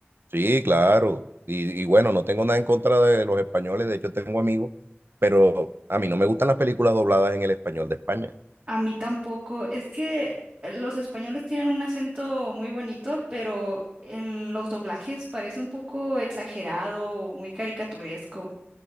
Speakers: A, on the right; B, on the right.
A: sí, claro. Y, y bueno, no tengo nada en contra de los españoles. De hecho, tengo amigos, pero a mí no me gustan las películas dobladas en el español de España.
B: A mí tampoco. Es que los españoles tienen un acento muy bonito, pero en los doblajes parece un poco exagerado o muy caricaturesco.